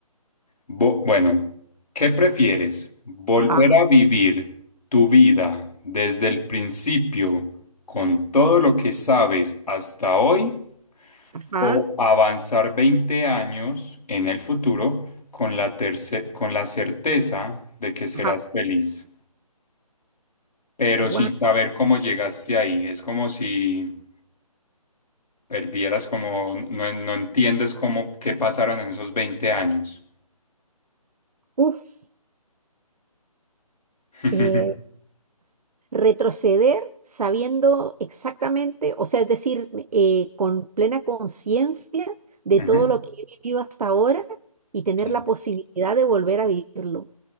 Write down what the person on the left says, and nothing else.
Bo- bueno, ¿qué prefieres? ¿Volver
a vivir tu vida desde el principio con todo lo que sabes hasta hoy
o avanzar 20 años en el futuro con la terce- con la certeza de que serás
feliz, pero
sin saber cómo llegaste ahí? Es como si Perdieras como, no, no entiendes cómo, qué pasaron en esos veinte años.
<laughs>
Ujú,
sí.